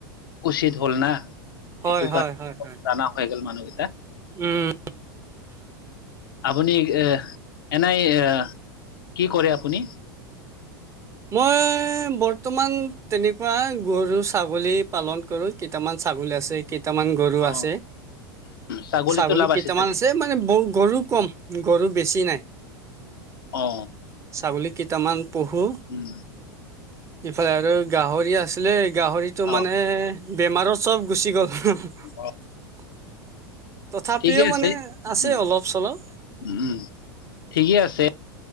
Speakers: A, on the left; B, on the right.
A: উচিত হ'ল না
B: হয়
A: এইটো
B: হয়
A: কাৰণে
B: হয় হয়
A: জানা হৈ গ'ল মানুহ
B: উম
A: আপুনি এ এনেই এ কি কৰে আপুনি?
B: মই এ বৰ্তমান তেনেকুৱা গৰু ছাগলী পালন কৰো কেইটামান ছাগলী আছে। কেইটামান গৰু
A: অ
B: আছে।
A: ছাগলীতো
B: ছাগলী
A: লাভ
B: কেইটামান
A: চাগে
B: আছে মানে বহ গৰু কম গৰু বেছি নাই।
A: অ
B: ছাগলী কেইটামান পহু
A: উম।
B: ইফালে আৰু গাহৰি আছিলে গাহৰিতটো
A: অ
B: মানে বেমাৰত চব গুচি গ'ল। <unintelligible>
A: অ
B: তথাপিও
A: ঠিকে আছে
B: মানে
A: উ
B: আছে
A: উ
B: অলপ চলপ
A: উম ঠিকে আছে